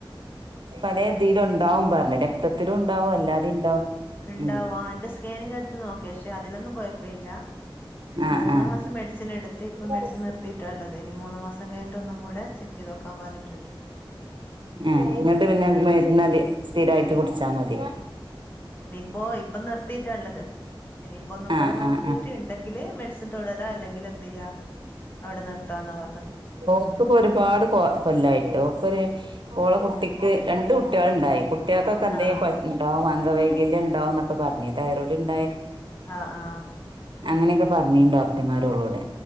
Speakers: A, on the right; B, on the left.
A: പല തിലും ഉണ്ടാവും പറഞ് രക്തത്തിലും ഉണ്ടാവും അല്ലാതെയ ഉണ്ടാവും.
B: ഉണ്ടാവും
A: ഉം
B: എന്റെ സ്കാനിങ് എടുത്ത് നോക്കി പക്ഷെ അതിലൊന്നും കുഴപ്പ ഇല്ല പിന്നെ
A: ആഹ്
B: മൂന്ന്
A: ആഹ്
B: മാസം. മെഡിസിൻ എടുത്ത് ഇപ്പ
A: ആഹ്
B: മെഡിസി നിർത്തിയിട്ടാ ഉള്ളത് ഇനി മൂന്ന് മാസം കഴിഞ്ഞിട്ട ഒന്നും കൂടെ ചെക്ക് ചെയ്ത് നോക്കാൻ പറഞ്ഞിട്ടുണ്ട്.
A: ഉ എന്നിട്ട് പിന്നെ
B: ആഹ്
A: മരുന്നട് സ്ഥിരായിട്ട് കുടിച്ചാ മതി.
B: ഇ പോ ഇപ്പൊ നിർത്തിയിട്ടാള്ളത്. ഇനിയിപ്പോ ഒന്നും കൂടെ
A: ആഹ്
B: നോക്കിട്ട്
A: ആഹ് ആഹ്
B: ഉണ്ടെങ്കില് മെഡിസിൻ തുടരാ അല്ലെങ്കിൽ എന്ത് ചെയ്യാ. അവിടെ നിർത്താന്നാ പറഞ്ഞത്
A: ഓക്ക്
B: ഉം
A: ഇപ്പോ ഒരുപാട് കൊ കൊല്ലായിട്ട് ഓക്കരു ഓള കുട്ടിക്ക് രണ്ട് കുട്ടികൾ ഉണ്ടായി കുട്ടികൾക്കൊക്കെ എന്തും
B: ആഹ്
A: ഉണ്ടാവും അംഗവൈകല്യം ഉണ്ടാവും എന്നൊക്കെ പറഞ്ഞഞ് തൈറോഡ് ഉ
B: ആ ആ
A: അങ്ങനെയൊക്കെ പറഞ്ഞീ ഡോക്ടർമാർ ഓളോട്